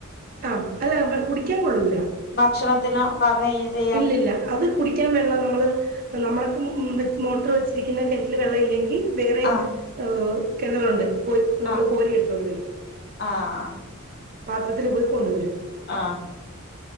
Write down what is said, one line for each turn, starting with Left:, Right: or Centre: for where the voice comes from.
Right: ആ, അല്ല, വ്വ കുടിക്കാൻ കൊള്ളൂല
Left: ഭക്ഷണത്തിന് പാകം ചെയ്യാന്
Right: ഇല്ലില്ല അത് കുടി കുടിക്കാൻ വെള്ളം നമ്മള് നമ്മളൊക്കെ മോട്ടർ വെച്ചിരിക്കുന്ന കിണറ്റിൽ വെള്ളം ഇല്ലെങ്കിൽ വേറെ,
Left: ആഹ്
Right: ആ കിണറുണ്ട് പോയി നമ്മള്
Left: ആഹ്
Right: കോരി എടുത്തോണ്ട് വരും
Left: ആഹ്
Right: പാത്രത്തിൽ പോയി കൊണ്ടുവരും
Left: ആഹ്